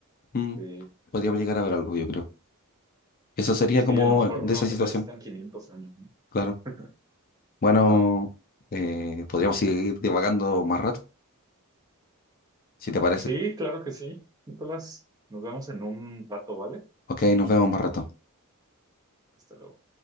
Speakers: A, on the left; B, on the right.
A: mm,
B: sí.
A: podríamos llegar a ver algo, yo creo. Eso sería
B: Sí,
A: como
B: a lo mejor
A: de
B: no
A: esa
B: se
A: situación,
B: necesitan 500 años, ¿no?
A: claro.
B: <laughs>
A: Bueno,
B: Ajá.
A: eh, podríamos seguir divagando más rato, si te parece.
B: Sí, claro que sí, Nicolás. Nos vemos en un rato, ¿vale?
A: Ok, nos vemos más rato.
B: Hasta luego.